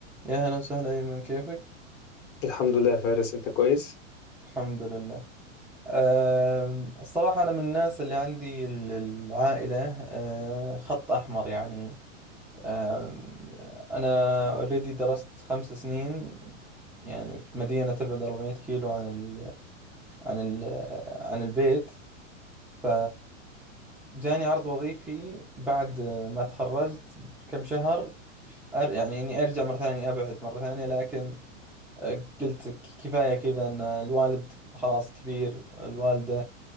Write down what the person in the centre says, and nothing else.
يا هلا وسهلا أيمن كيفك؟
الحمد لله أم، الصراحة أنا من الناس اللي عندي ال- العائلة أه، خط أحمر يعني أم، أنا اوريدي درست خمس سنين يعني في مدينة تبعد 400 كيلو عن ال عن ال عن البيت ف جاني عرض وظيفي بعد ما تخرجت بكم شهر ف- أر- يعني إني أرجع مرة ثانية أبعد مرة ثانية لكن قلت ك- كفاية كذا ان الوالد خلاص كبير الوالدة